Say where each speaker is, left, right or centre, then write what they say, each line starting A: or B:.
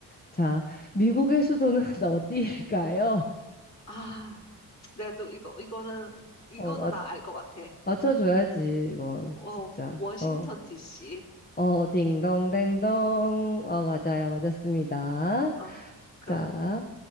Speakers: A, on the left; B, on the left.
A: 자, 미국의 수도는 <laughs> 어디일까요?
B: 아, 내가 또 이거, 이거는, 이거는
A: 어, 맞,
B: 나 알 것 같아.
A: 맞춰줘야지, 이건.
B: 어,
A: 진짜.
B: 워싱턴
A: 어.
B: DC.
A: 어, 딩동댕동. 어, 맞아요. 맞았습니다.
B: 어, 그러면.
A: 자,